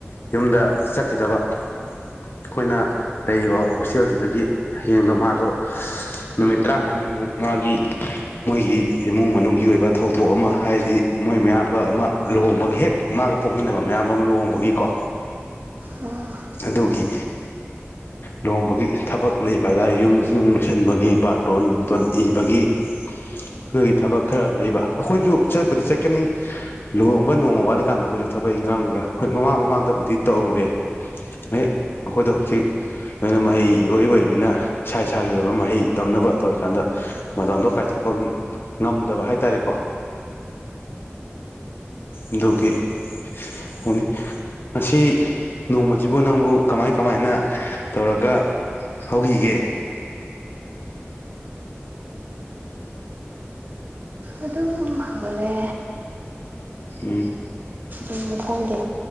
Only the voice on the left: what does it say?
ꯌꯨꯝꯗ ꯆꯠꯈꯤꯗꯕ ꯑꯩꯈꯣꯏꯅ ꯂꯩꯔꯤꯕ ꯍꯣꯁꯇꯦꯜꯁꯤꯗꯒꯤ ꯍꯌꯦꯡꯗꯣ ꯃꯥꯗꯣ ꯅꯨꯃꯤꯠ ꯇꯔꯥꯉꯥꯅꯤꯃꯨꯛ ꯃꯥꯒꯤ ꯃꯣꯏꯒꯤ ꯏꯃꯨꯡ ꯃꯅꯨꯡ ꯒꯤ ꯑꯣꯏꯕ ꯊꯧꯗꯣꯛ ꯑꯃ ꯍꯥꯏꯗꯤ ꯃꯣꯏ ꯃꯌꯥꯝꯕ ꯑꯃ ꯂꯨꯍꯣꯡꯕꯒꯤ ꯍꯦꯛ ꯃꯥꯒ ꯄꯣꯛꯃꯤꯟꯅꯕ ꯃꯌꯥꯝꯕ ꯑꯃ ꯂꯨꯍꯣꯡꯕꯒꯤꯀꯣ
ꯑꯗꯨꯒꯤ ꯂꯨꯍꯣꯡꯕꯒꯤ ꯊꯕꯛ ꯂꯩꯕ ꯍꯥꯏꯇꯥꯥꯔꯦ ꯌꯨꯝ ꯅꯨꯡ ꯂꯣꯏꯁꯟꯕꯒꯤ ꯕꯥꯔꯇꯣꯟ ꯅꯨꯡꯇꯣꯟ ꯏꯕꯒꯤ ꯑꯗꯨꯒꯤ ꯊꯕꯛ ꯈꯔ ꯂꯩꯕ ꯑꯩꯈꯣꯏꯁꯨ ꯆꯠꯄꯗꯤ ꯆꯠꯀꯅꯤ ꯂꯨꯍꯣꯡꯕ ꯅꯣꯡꯃ ꯋꯥꯠꯂꯤꯀꯥꯟꯗ ꯑꯩꯈꯣꯏꯁꯨ ꯊꯕꯛ ꯏꯟꯈꯥꯡ ꯀꯩꯀꯥ ꯍꯣꯏ ꯃꯃꯥꯡ ꯃꯃꯥꯡꯗꯕꯨꯗꯤ ꯇꯧꯔꯨꯔꯦ ꯑꯩꯈꯣꯏꯗꯣ ꯍꯧꯖꯤꯛ ꯂꯣꯏꯅ ꯃꯍꯩ ꯏꯔꯣꯏ ꯑꯣꯏꯔꯤꯕꯃꯤꯅ ꯏꯁꯥ ꯏꯁꯥꯒꯤ ꯑꯣꯏꯕ ꯃꯍꯩ ꯇꯝꯅꯕ ꯇꯧꯔꯤꯀꯥꯟꯗ ꯃꯇꯝꯗꯣ ꯀꯥꯏꯊꯣꯛꯄ ꯉꯝꯗꯕ ꯍꯥꯏ ꯇꯥꯔꯦꯀꯣ ꯑꯗꯨꯒꯤꯣꯅꯤ ꯉꯁꯤ ꯅꯣꯡꯃꯁꯤꯕꯨ ꯅꯪꯕꯨ ꯀꯃꯥꯏ ꯀꯃꯥꯏꯅ ꯇꯧꯔꯒ ꯍꯧꯈꯤꯒꯦ
ꯎꯝ